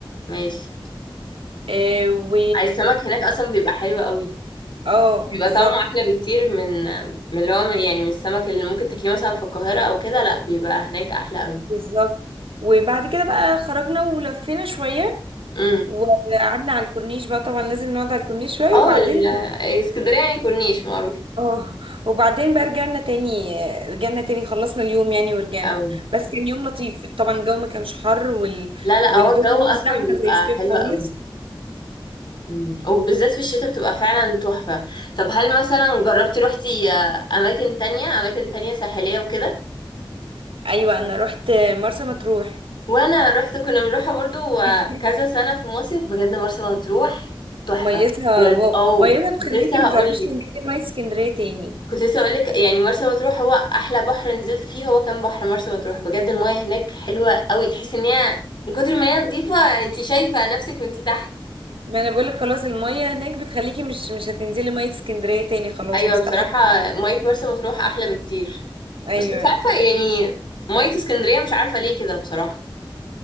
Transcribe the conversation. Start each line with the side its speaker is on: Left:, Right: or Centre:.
Left: ماشي
Right: آه، و
Left: السمك هناك اصلا بيبقى حلو قوي
Right: اه
Left: بيبقى
Right: بالظبط
Left: طعمه احلى بكتير من من اللي هو يعني من السمك اللي ممكن تاكليه مثلا في القاهره او كده لا بيبقى هناك احلى قوي
Right: بالظبط وبعد كده بقى خرجنا ولفينا شوية
Left: امم
Right: وقعدنا على الكورنيش بقى طبعا لازم نقعد على الكورنيش شوية
Left: اه
Right: وبعدين
Left: ال- اسكندريه يعني كورنيش معروف
Right: اه وبعدين بقى رجعنا تاني رجعنا تاني خلصنا اليوم يعني ورجعنا
Left: أو
Right: بس كان يوم لطيف طبعا الجو ما كانش حر وال...
Left: لا لا
Right: والدنيا
Left: هو الجو اصلا
Right: مش زحمة
Left: بيبقى
Right: زي الصيف
Left: حلو
Right: خالص
Left: قوي امم وبالذات في الشتاء بتبقى فعلا تحفه طب هل مثلا جربتي روحتي آه، اماكن تانية اماكن تانية ساحليه وكده
Right: ايوه انا رحت مرسى مطروح
Left: وانا رحت كنا بنروحها برضو
Right: <laughs>
Left: كذا سنة في مصيف بجد مرسى مطروح تحفة
Right: ميتها
Left: والب...
Right: واو
Left: اه
Right: ميتها بتخليكي
Left: كنت لسه
Right: ما
Left: هقولك
Right: تعرفيش تنزلي مية اسكندرية تاني
Left: كنت لسه هقولك يعني مرسى مطروح هو احلى بحر نزلت فيه هو كان بحر مرسى مطروح بجد المايه هناك حلوة قوي تحس ان هي من كتر ما هي نظيفة انت شايفة نفسك وانت تحت
Right: ما انا بقولك خلاص المية هناك بتخليكي مش مش هتنزلي مية اسكندرية تاني خلاص
Left: ايوه
Right: مستحيل
Left: بصراحة مية مرسى مطروح احلى بكتير
Right: ايوه
Left: بس مش عارفة يعني مية اسكندرية مش عارفة ليه كده بصراحة